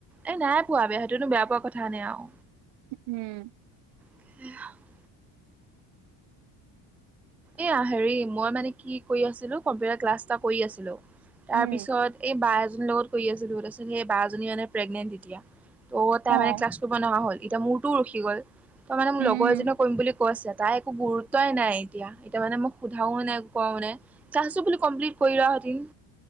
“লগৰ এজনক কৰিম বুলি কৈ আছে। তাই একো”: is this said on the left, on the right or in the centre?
Centre